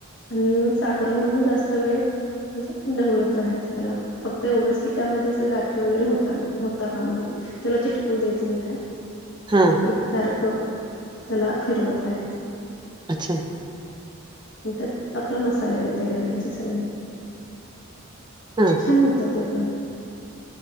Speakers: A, on the left; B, on the right.
A: आणि साखर घालून जास्त वेळ. म्हणजे ढवळत राहायचं त्याला फक्त एवढंच की त्यामध्ये गाठी वगैरे होत नाही होता का म्हणे त्याला चिटकवू द्यायचं नाही खाली.
B: हा
A: एकसारखं त्याला फिरवत राहायचं.
B: अच्छा!
A: त्यात आपलं मसाले वगैरे घालायचे सगळी.
B: हम्
A: छान होतं ते पण